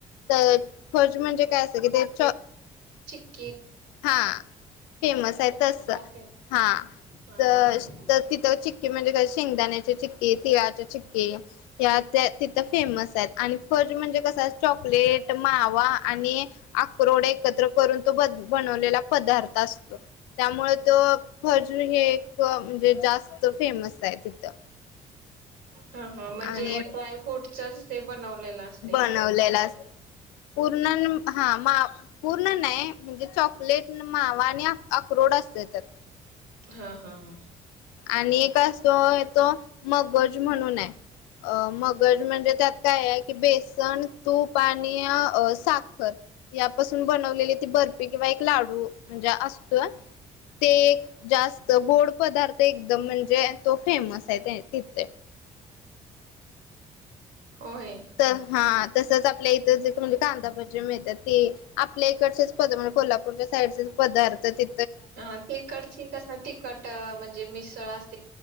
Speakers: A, on the left; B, on the right.
A: तर फज म्हणजे काय असंत की ते चाॅ
B: चीक
A: हा फेमस आहे तस.
B: आहे.
A: हा
B: हा
A: तर
B: हा हा
A: तर तिथं चिक्की म्हणजे काय शेंगदाण्याचे चिक्की, तिळाचे चिक्कीे त्या त्या तिथं फेमस आहेत. आणि फज म्हणजे कस चॉकलेट, मावा आणि आक्रोड एकत्र करून तो बदल बनवलेला पदार्थ असतो. त्यामुळे तो फज हे एक म्हणजे जास्त त फेमस आहे तिथं.
B: हा, हा म्हणजे
A: आणि
B: ड्राय फ्रूटचच ते बनवलेलं असतंय
A: बनवलेला
B: काय पूर्ण?
A: असत पूर्ण न हा मा पूर्ण नाही म्हणजे चॉकलेट, मावा आणि अक्रोड असतय त्यात.
B: हा, हा, हा.
A: आणि एक असतोय तो मगज म्हणून आहे. अ मगज म्हणजे त्यात काय आहे की बेसन, तूप आणि साख खर यापासून बनवलेली ती बर्फी किंवा एक लाडू म्हणजे असतोय ते एक जास्त गोड पदार्थ एकदम म्हणजे तो फेमस आहे ते तिथ
B: होय
A: तर हा तसंच आपल्या इथं जे म्हणजे कांदा भजी मिळत्त्यात ते आपल्या इकडचेच पदार्थ म्हणजे कोल्हापूरच्या साईडचेच पदार्थ ते
B: हा तिकडची कस तिखट म्हणजे? मिस तळा असतं